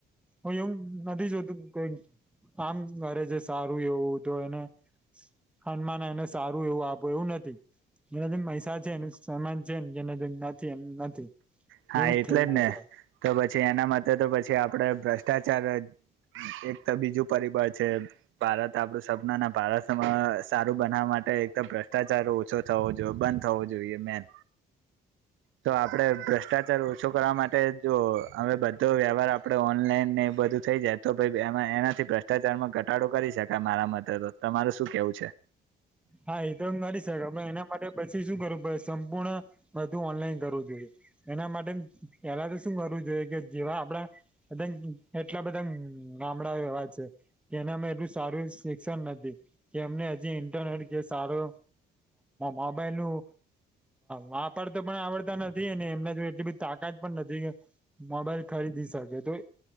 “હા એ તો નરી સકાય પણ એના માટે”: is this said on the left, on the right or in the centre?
Centre